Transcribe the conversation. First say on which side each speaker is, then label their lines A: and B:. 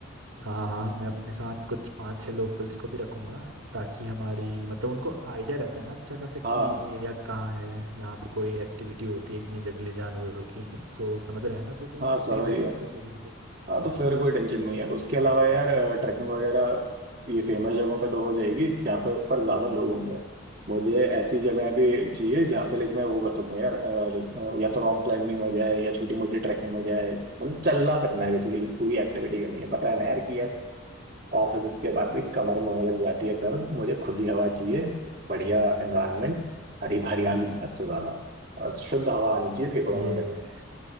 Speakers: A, on the right; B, on the right.
A: हाँ हाँ मैं अपने साथ कुछ पाँच छह लोकल्स को भी रखूंगा ताकि हमारी मतलब उनको आइडिया रहता है ना अच्छा खासा कि
B: हाँ
A: एरिया कहाँ है यहाँ पे कोई एक्टिविटी होती है कि नहीं जंगली जानवरों की सो समझ रहे हैं ना तो तो
B: हाँ
A: सेफ
B: समझ
A: है
B: गया
A: सब कुछ ऐसे कोई हम्म
B: हाँ तो फिर कोई टेंशन नहीं है उसके अलावा यार ट्रैकिंग वगैरह ये फेमस जगहों पे तो हो जाएगी जहाँ पे पर ज्यादा लोग होंगे मुझे ऐसी जगह भी चाहिए जहाँ पे लाइक मैं वो कर सकूँ यार लाइक या तो रॉक क्लाइंबिंग हो जाए या छोटी मोटी ट्रैकिंग हो जाए मतलब चलना फिरना है बेसिकली पूरी एक्टिविटी करनी है पता है ना यार कि यार ऑफिस के बाद में कमर में होने लग जाती है दर्द मुझे खुली हवा चाहिए बढ़िया एनवायरनमेंट हरी हरियाली हद से ज्यादा और शुद्ध हवा आनी चाहिए फेफड़ों
A: ये
B: में मेरे